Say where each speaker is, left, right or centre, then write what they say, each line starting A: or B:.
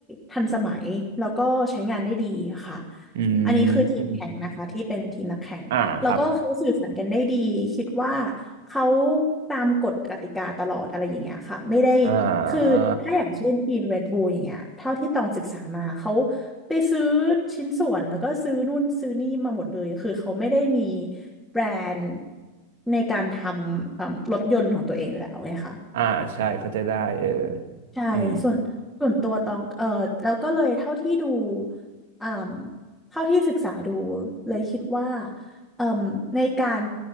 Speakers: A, in the centre; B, on the right.
A: ทันสมัยแล้วก็ใช้งานได้ดีค่ะ
B: อื
A: อันนี้คือทีมแข่งนะคะที่เป็นทีมนักแข่ง
B: มอ่าครับ
A: แล้วก็เขาสื่อสารกันได้ดีคิดว่าเขาตามกฎกติกาตลอดอะไรอย่างเงี้ยค่ะไม่ได้
B: อ่า
A: คือถ้าอย่างเช่นทีม
B: อ่า
A: Red Bull อย่างเงี้ยเท่าที่ตองศึกษามาเขาไปซื้อชิ้นส่วนแล้วก็ซื้อนู่นซื้อนี่มาหมดเลยคือเขาไม่ได้มีแบรนด์ในการทำเอิ่มรถยนต์ของตัวเองอยู่แล้วไงคะ
B: อ่าใช่เข้าใจได้เออ
A: ใช่ส่วนส่วนตัวตองเออแล้วก็เลยเท่าที่ดู
B: อืม
A: อ่มเท่าที่ศึกษาดูเลยคิดว่าเอ่มในการ